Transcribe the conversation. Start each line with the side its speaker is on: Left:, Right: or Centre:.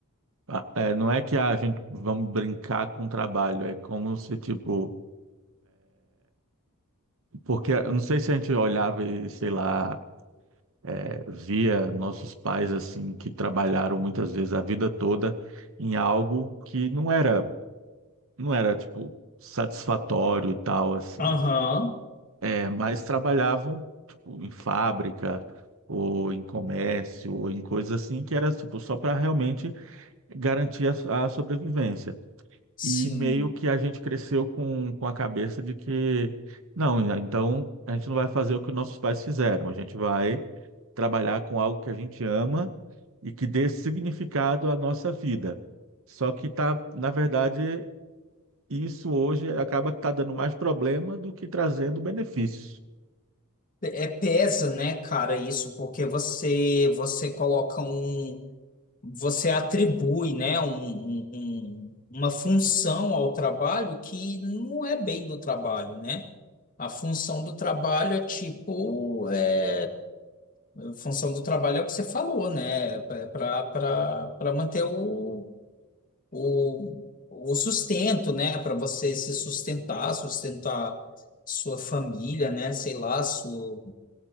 Right: a- é, não é que ah, a gente vamos brincar com o trabalho, é como se, tipo, porque eu não sei se a gente olhava e, sei lá, é, via nossos pais, assim, que trabalharam muitas vezes a vida toda em algo que não era não era, tipo, satisfatório e tal, assim.
Left: Aham.
Right: É, mas trabalhavam, tipo, em fábrica ou em comércio ou em coisas assim, que era, tipo, só para realmente garantir a, so, a sobrevivência.
Left: sim.
Right: E meio que a gente cresceu com, com a cabeça de que, não, né, então a gente não vai fazer o que nossos pais fizeram, a gente vai trabalhar com algo que a gente ama e que dê significado à nossa vida. Só que tá, na verdade, e isso hoje acaba que está dando mais problema do que trazendo benefícios.
Left: É pesa, né, cara, isso, porque você você coloca um você atribui, né, um, um- um- uma função ao trabalho que não é bem do trabalho, né? A função do trabalho é tipo, é, a função do trabalho é o que você falou, né? para para para manter o o, o sustento, né? Para você se sustentar, sustentar sua família, né? Sei lá, sua...